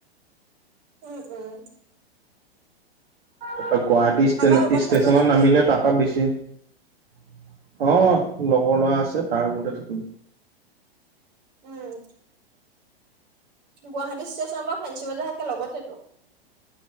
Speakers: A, on the right; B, on the right.
A: উম উম
B: তাৰ গুৱাহাটী ষ্টেন
A: কাৰোবাৰ ৰুমত
B: ষ্টেচনত
A: থাকিবা নেকি
B: নামিলে তাপা বেছি অ লগৰ ল'ৰা আছে তাৰ ৰোমতে থাকিম
A: উম গুৱাহাটী ষ্টেচনৰ পৰা ফেঞ্চী বজাৰ একে লগতেটো